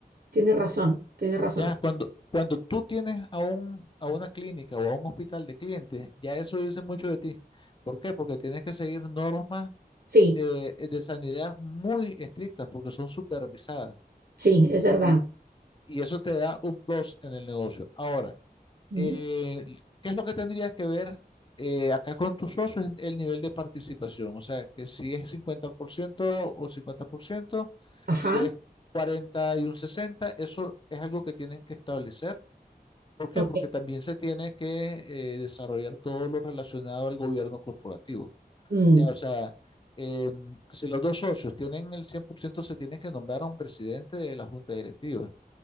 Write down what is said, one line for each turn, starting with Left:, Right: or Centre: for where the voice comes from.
Right: Tienes razón, tienes razón.
Left: Ya, cuando, cuando tú tienes a un, a una clínica o a un hospital de clientes, ya eso dice mucho de ti. ¿Por qué? Porque tienes que seguir normas
Right: Sí,
Left: eh, de sanidad muy estrictas, porque son supervisadas,
Right: sí, es verdad.
Left: y, y eso te da un plus en el negocio. Ahora,
Right: Ujú,
Left: eh, ¿qué es lo que tendrías que ver eh, acá con tus socios? Es El nivel de participación, o sea, que si es 50% o 50%
Right: Ajá,
Left: si es 40 y un 60 eso es algo que tienen que establecer. ¿Por qué?
Right: ok.
Left: Porque también se tiene que eh, desarrollar todo lo relacionado al gobierno corporativo.
Right: mm,
Left: Ya, o sea, em, si los dos socios tienen el 100% se tiene que nombrar a un presidente de la junta directiva,